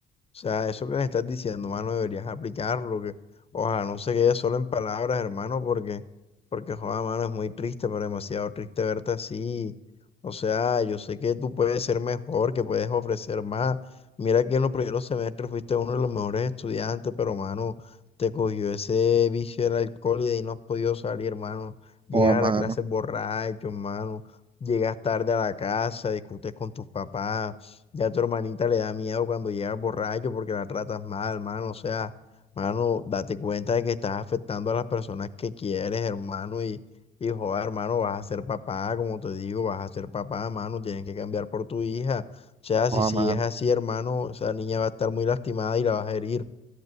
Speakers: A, on the left; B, on the right.
A: O sea, eso que me estás diciendo, mano, deberías aplicarlo, que ojalá no se quede solo en palabras, hermano, porque, porque, joda, mano, es muy triste, pero demasiado triste verte así. O sea, yo sé que tú puedes ser mejor, que puedes ofrecer más. Mira que en los primeros semestres fuiste uno de los mejores estudiantes, pero, mano, te cogió ese vicio del alcohol y de ahí no has podido salir, hermano. Llegas
B: Oh, mano,
A: a la clase borracho, hermano. Llegas tarde a la casa, discutes con tus papás. Ya a tu hermanita le da miedo cuando llegas borracho porque la tratas mal, mano. O sea, mano, date cuenta de que estás afectando a las personas que quieres, hermano. Y, y joder, hermano, vas a ser papá, como te digo, vas a ser papá, mano. Tienes que cambiar por tu hija. O sea,
B: oh,
A: si, si
B: mano.
A: es así, hermano, esa niña va a estar muy lastimada y la vas a herir.